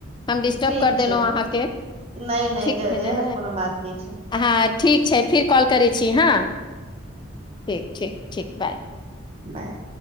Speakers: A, on the left (about 25°); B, on the right (about 30°).
A: हम डिस्टर्ब
B: ठीक
A: कर देलहुँ
B: छै
A: अहाँके
B: नहि नहि
A: ठीक छै ने
B: एहन कोनो बात नहि छै
A: अहाँ ठीक छै फिर कॉल करै छी हँ ठीक ठीक ठीक बाय
B: बाय